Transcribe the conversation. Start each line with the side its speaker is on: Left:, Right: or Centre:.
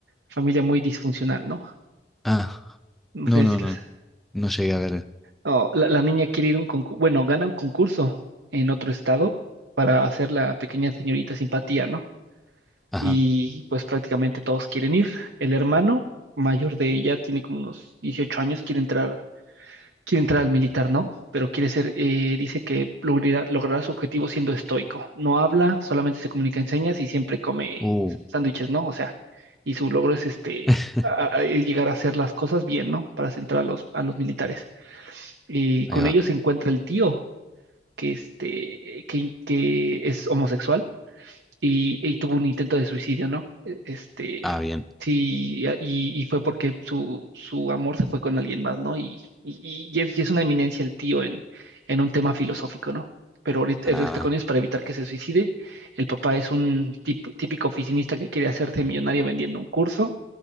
Right: familia muy disfuncional, ¿no?
Centre: Ah.
Right: No
Centre: No,
Right: sé
Centre: no,
Right: si
Centre: no.
Right: las...
Centre: No llegué a ver.
Right: No, la, la niña quiere ir a un concurso, bueno, gana un concurso en otro estado para hacer la pequeña señorita simpatía, ¿no?
Centre: Ajá.
Right: Y pues prácticamente todos quieren ir. El hermano mayor de ella tiene como unos 18 años, quiere entrar, quiere entrar al militar, ¿no? Pero quiere ser, eh, dice que logrará, logrará su objetivo siendo estoico. No habla, solamente se comunica en señas y siempre come
Centre: Uh,
Right: s- sándwiches, ¿no? O sea, y su logro es este,
Centre: <laughs>
Right: a- a- es llegar a hacer las cosas bien, ¿no? Para entrar a los, a los militares y
Centre: ahí
Right: con
Centre: va.
Right: ellos se encuentra el tío que, este, que, que es homosexual y, y tuvo un intento de suicidio, ¿no? E- Este,
Centre: Ah, bien.
Right: sí, y, y y fue porque su, su amor se fue con alguien más, ¿no? Y, y, y es, y es una eminencia el tío en, en un tema filosófico, ¿no? Pero ahorita
Centre: Ah,
Right: él está con ellos para evitar que se suicide. El papá es un tip- típico oficinista que quiere hacerse millonario vendiendo un curso